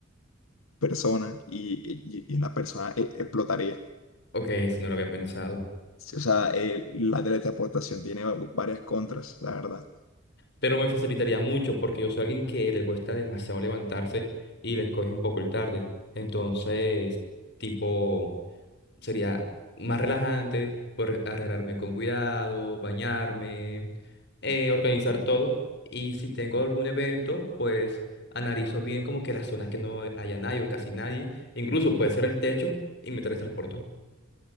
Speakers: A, on the left; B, on the left.
A: persona y, y- y la persona e- explotaría.
B: Ok, eso no lo había pensado.
A: Sí, O sea, el- la teletransportación tiene varias contras, la verdad.
B: Pero me facilitaría mucho porque yo soy alguien que le cuesta demasiado levantarse y le coge un poco el tarde. Entonces, tipo, sería más relajante, poder arreglarme con cuidado, bañarme, eh, organizar todo. Y si tengo algún evento, pues analizo bien como que las zonas que no haya nadie o casi nadie. Incluso puede ser el techo y me teletransporto.